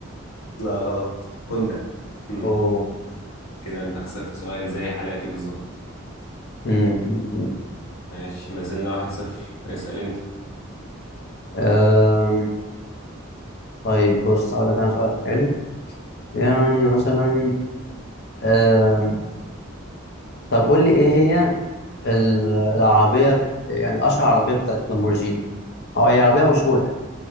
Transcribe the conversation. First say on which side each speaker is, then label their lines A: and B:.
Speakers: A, on the left; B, on the left.
A: لا غلط هوندا هم،
B: او
A: كده انت خسرت سؤال زي حلقتي بالظبط
B: مم، مم، مم.
A: ماشي ما زلنا واحد صفر اسأل انت
B: آم، طيب بص هقول لك انا سؤال حلو يعني مثلا آم، طب قول لي ايه هي ال- العربية يعني أشهر عربية بتاعت لامبورجيني أو هي عربية مشهورة يعني